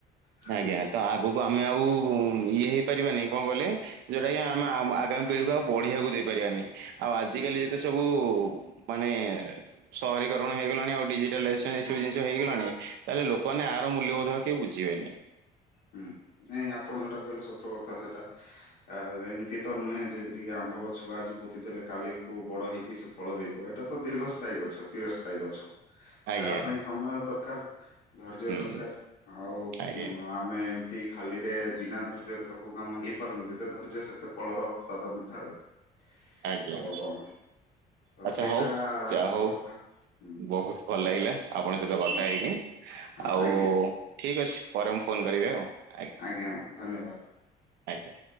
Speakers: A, on the left (about 80°); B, on the right (about 75°).
A: <unintelligible>
B: ଆଜ୍ଞା ତ ଆଗକୁ ଆମେ ଆଉ ଇଏ ହେଇପାରିବାନି କଣ କହିଲେ ଯଉରା କି ଆମେ ଆଗାମୀ ପିଢ଼ୀକୁ ଆଉ ବଢ଼ିବାକୁ ଦେଇପାରିବାନି ଆଉ ଆଜିକାଲି
A: ଆଜ୍ଞା
B: ଯେତେ ସବୁ ମାନେ ସହରୀକରଣ ହେଇଗଲାଣି ଆଉ ଡିଜିଟାଲାଇଜେସ ଏବୁ ଜିନିଷ ହେଇଗଲାଣି ତାହେଲେ ଲୋକମାନେ ଆର ମୂଲ୍ୟବୋଧ କେହି ବୁଝିବେନି।
A: ହୁଁ ନାଇଁ ଆପଣ ଯୋଉଟା କହିଲେ ସତ କଥା ସେଟା। ଆ ଏମତି ତ ନୁହେଁ ଯେମିତି କି ଆମ୍ବ ଗଛକୁ ଆଜି ପୋତି ଦେଲେ କାଲି କୋଉ ବଡ ହେଇକି ଫଳ ଦେଇଦେବ ଏଇଟା ତ ଦୀର୍ଘସ୍ଥାୟୀ ଗଛ ଚିର ସ୍ଥାୟୀ ଗଛ। ତା
B: ଆଜ୍ଞା
A: ପାଇଁ ସମୟ ଦରକାର ଧର୍ଯ୍ୟ
B: ହୁଁ
A: ଦରକାର ଆଉ
B: ଆଜ୍ଞା
A: ଉମ ଆମେ ଏମିତି ଖାଲିରେ ବିନା ଧୈର୍ଯ୍ୟରେ ତ କୋଉ କାମ ହେଇପାରୁନି ଯେତେ ଧୈର୍ଯ୍ୟ ସେତେ ଫଳର ସ୍ଵାଦ ମି କଥା ରହେ ତ
B: ଆଜ୍ଞା
A: ତ
B: ଆଚ୍ଛା
A: ସେଇଟା
B: ହଉ ଯାହା
A: ସତ
B: ହଉ
A: କଥା। ହୁଁ
B: ବହୁତ ଭଲ ଲାଗିଲା ଆପଣଙ୍କ ସହିତ କଥା
A: ହୁଁ
B: ହେଇକି।
A: ହଁ
B: ଆଉ
A: ଆଜ୍ଞା
B: ଠିକ୍ ଅଛି ପରେ ମୁଁ ଫୋନ କରିବି ଆଉ ଆଜ୍ଞା।
A: ଆଜ୍ଞା ଧନ୍ୟବାଦ।
B: ଆଜ୍ଞା।